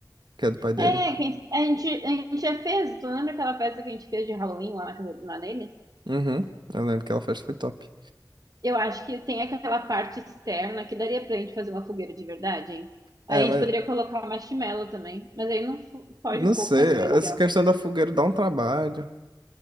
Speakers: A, on the right; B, on the right.
A: Que é do pai dele.
B: É, quem, a gente, a gente já fez. Tu lembra aquela festa que a gente fez de Halloween lá na casa do Nanene?
A: Uhum, eu lembro que aquela festa foi top.
B: Eu acho que tem aquela parte externa que daria pra gente fazer uma fogueira de verdade, hein?
A: É,
B: Aí a
A: mas
B: gente poderia colocar marshmallow também. Mas aí não fu- foge
A: não
B: um
A: sei,
B: pouco, mas seria
A: essa
B: legal.
A: questão da fogueira dá um trabalho.